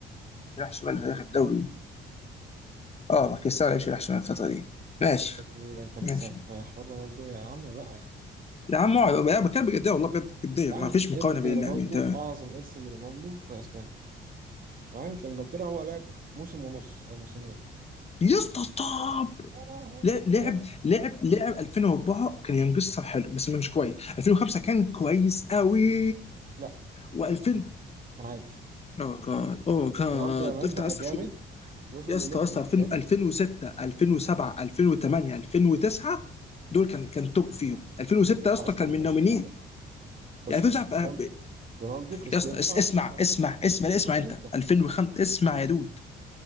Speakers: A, on the left; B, on the right.
A: راح شمال في اخر الدوري اه ما كريستيانو ما لعبش راح شمال الفتره دي ماشي
B: يا جميل انت لسه
A: ماشي
B: في حوار رونالدو يا عم بقى يا عم
A: يا عم اقعد أنا بتكلم بجديه والله بجد جديه
B: يا
A: ما
B: عم
A: فيش مقارنه
B: ارث
A: بين
B: رونالدو
A: اللاعبين تمام
B: اعظم ارث لرونالدو في اسبانيا تمام في انجلترا هو لعب موسم ونص او موسمين
A: يا اسطى ستوب
B: يا لهوي
A: لا- لعب
B: يا
A: لعب لعب 2004 كان ينقصها حلو بس مش كويس 2005 كان كويس قوي
B: لا
A: و2000
B: كان عادي
A: اوه جاد اوه جاد
B: رونالدو يا مان
A: افتح
B: بقى
A: بس
B: جامد
A: شوف
B: وصل
A: يا اسطى
B: لليفل
A: يا اسطى
B: الجامد
A: 2000 2006 2007 2008 2009 دول كان كان توب فيهم 2006
B: 2009
A: يا اسطى
B: اصلا
A: كان
B: ما
A: من
B: كانش
A: نومينيه
B: هناك اصلا بص
A: يعني 2009
B: بص
A: ف-
B: رونالدو رونالدو كريستيانو
A: يا اسطى
B: اسمع
A: اس- اسمع
B: بس اسمع بس
A: اسمع اسمع لا اسمع
B: اسمعني
A: انت
B: انت
A: 2005 اسمع يا دود